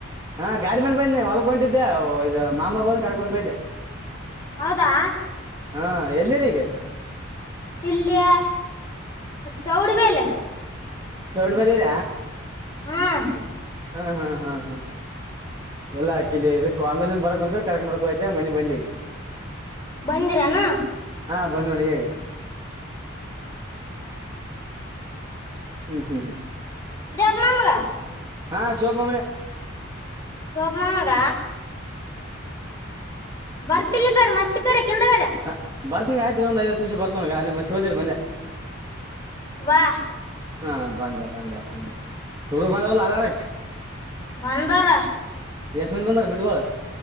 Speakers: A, on the right (about 20°); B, on the left (about 15°).
A: ಹಾ ಗಾಡಿ ಮೇಲ ಬನ್ನಿ ಹೊಲಗ ಹೊಂಟಿದ್ದೆ ಇದು ಮಾಮ ಬಂದು ಕರ್ಬಡ್ಕೋ ಇದ್ದೆ
B: ಹೌದಾ
A: ಹಾ ಎಲ್ಲಿರಿಗ
B: ಇಲ್ಲಿ ಚೌರಿ ಬಲೆ
A: ಚೌಡ್ ಬಲಿರ
B: ಹ್ಮ್
A: ಹಾ ಹಾ ಹಾ ಹಾ ಎಲ್ಲಾ ಕಿಲಿ ಕಲ್ದಲ್ಲಿದ ಬರಕ್ತ್ರ ಕರ್ಕಂಬರಕ ಹಯ್ತ ಮನೆ ಬಂದಿ
B: ಬಂದಿರಾನ
A: ಬ್ಂದ ನೋಡಿ ಹೀಗ ಹ್ಮ ಹ್ಮ್ ಹ್ಮ್
B: ನಮಗ
A: ಹಾ ಶಿವಪ್ಪ ಮಮಾನೆ
B: ಶಿವಪ್ಪ ಮಮಾಗ ಬರ್ತಿಲ್ಲಿಕ ಮಸ್ತೀ ಕಡೆ ಕಿಂದಗಡೆ
A: ಹ ಬರ್ತನಿ ಆಯ್ತು ಒಂದು ಐದು ಹತ್ತು ನಿಮಿಷ ಬರ್ತವನಗ ಅಲ್ಲಿ ಶಿವಲ್ಯರ್ ಬಂದೆ
B: ಬಾ
A: ಹಾ ಬಂದ ಬಂದೆಬಂದೆ ಬಂದೆ ಹಾಲಾಡಿ
B: ಬಂದಾರ
A: ಎಸ್ಟೋದು ಬಂದಾರ ಬಿಟ್ಗೋಳ